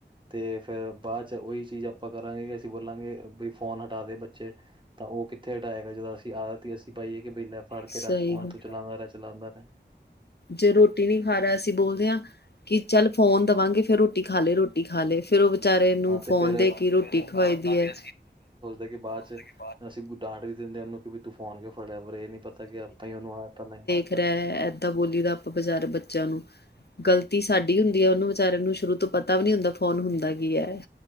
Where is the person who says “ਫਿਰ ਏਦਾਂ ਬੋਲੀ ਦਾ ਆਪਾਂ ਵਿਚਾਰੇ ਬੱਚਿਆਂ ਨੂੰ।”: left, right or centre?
Left